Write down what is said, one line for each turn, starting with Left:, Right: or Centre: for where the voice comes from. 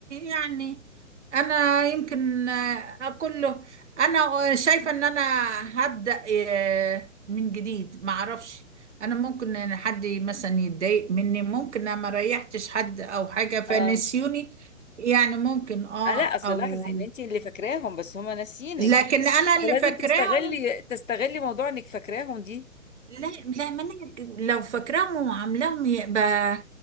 Right: يعني انا يمكن اقول له انا شايفه ان انا هبدا آه، من جديد ما اعرفش انا ممكن ان حد مثلا يتضايق مني ممكن انا ما ريحتش حد او حاجه فنسيوني
Left: اه
Right: يعني ممكن اه
Left: آه، لا اصل
Right: او
Left: لاحظي ان انت اللي فاكراهم بس هما ناسيينك
Right: لكن انا
Left: فلازم
Right: اللي فاكراهم
Left: تستغلي تستغلي موضوع انك فاكراهم دي
Right: لا لا ما انا لو فاكراهم وعاملاهم يبقى